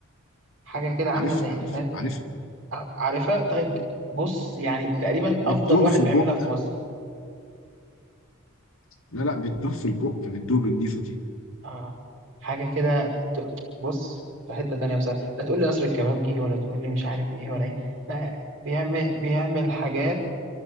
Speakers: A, on the right; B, on the left.
A: حاجه كده عامله
B: عارف
A: زي
B: عارف
A: الفات
B: عارف
A: ع- عارفها طيب بص يعني تقريبا
B: عارف
A: افضل
B: بتدوب
A: واحد
B: في
A: بيعملها
B: البق
A: في مصر
B: لا لا بتدوب في البق بتدوب النيفه دي
A: اه حاجة كده ت- بص في حتة تانية بصراحة لا تقول لي قصر الكبابجي ولا تقول لي مش عارف ايه ولا ايه لا بيعمل بيعمل حاجات